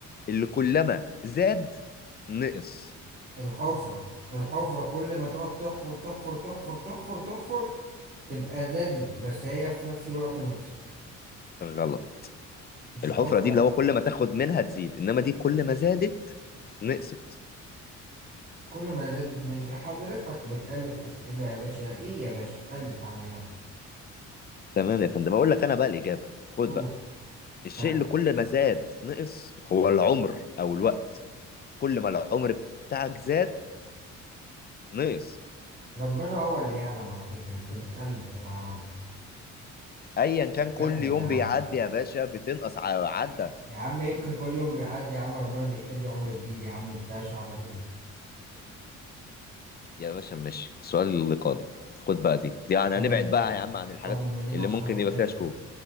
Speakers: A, on the left; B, on the right.
A: اللي كلما زاد نقص
B: الحفره الحفره كل ما تقعد تحفر تحفر تحفر تحفر تحفر تبقى زادت بس هي في نفس الوقت نقصت
A: غلط
B: مش
A: الحفرة
B: الحفره
A: دي اللي هو كل ما تاخد منها تزيد إنما دي كل ما زادت نقصت
B: كل ما زادت ن- حضرتك بتألف اسئله يا باشا ايه يا باشا ألف عليا
A: تمام يا فندم اقول لك انا بقى الاجابه خد
B: قول
A: بقى الشيء
B: ها
A: اللي كل ما زاد نقص هو العمر او الوقت كل ما العمر بتاعك زاد نقص
B: ربنا هو اللي يعلم على فكرة انت بتألف يا عرب.
A: ايا كان كل
B: كمل
A: يوم
B: يا عم
A: بيعدي يا باشا بتنقص ع- عدى
B: يا عم يمكن كل يوم بيعدي يا عم ربنا بيكتب لي عمر جديد يا عم انت ايش عرفك انت
A: يا باشا ماشي السؤال اللي قادم خد بقى دي دي يعني
B: قادم
A: هنبعد
B: منين
A: بقى يا عم عن الحاجات
B: قادم منين
A: اللي
B: عشان
A: ممكن
B: اخد
A: يبقى
B: بالي
A: فيها شكوك